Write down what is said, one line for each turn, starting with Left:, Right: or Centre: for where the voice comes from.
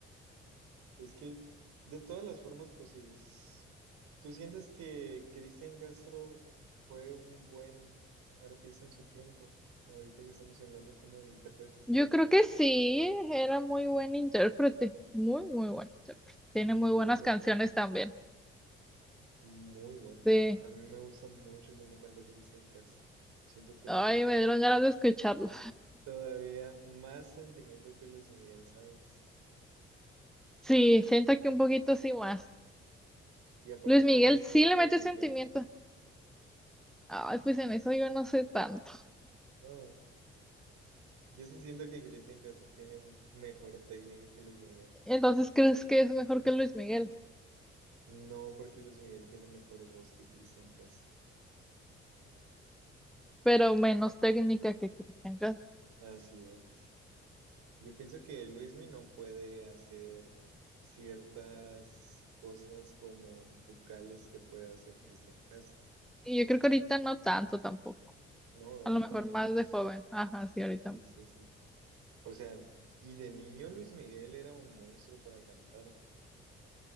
Right: Es que de todas las formas posibles. ¿Tú sientes que Cristian Castro fue un buen artista en su tiempo? Ahorita que estamos hablando como de intérpretes
Centre: Yo
Right: mexicanos.
Centre: creo que sí, era muy buen intérprete. Muy, muy buen intérprete. Tiene
Right: Muy
Centre: muy buenas
Right: bueno,
Centre: canciones
Right: ¿no?
Centre: también.
Right: Muy bueno.
Centre: Sí.
Right: A mí me gusta mucho cómo canta Cristian Castro. Siento que
Centre: Ay,
Right: le mete
Centre: me dieron ganas de escucharlo.
Right: Todavía más sentimiento que Luis Miguel, ¿sabes?
Centre: Sí, siento que un poquito sí más.
Right: Y aparte
Centre: Luis Miguel
Right: tiene mejor
Centre: sí le
Right: técnica.
Centre: mete sentimiento. Ay, pues en eso yo no sé tanto.
Right: No, yo sí siento que Cristian Castro tiene un- mejor técnica que Luis Miguel.
Centre: Entonces, ¿crees que es mejor que Luis Miguel?
Right: No porque Luis Miguel tiene mejor voz que Cristian Castro.
Centre: pero menos técnica que Cristian Castro.
Right: Así es. Yo pienso que Luismi no puede hacer ciertas cosas como vocales que puede hacer Cristian Castro.
Centre: Y yo creo que ahorita no tanto tampoco.
Right: No, ahorita
Centre: A lo mejor
Right: menos.
Centre: más de joven. Ajá, sí, ahorita.
Right: Sí, sí, sí. O sea, y de niño Luis Miguel era un monstruo para cantar. pues.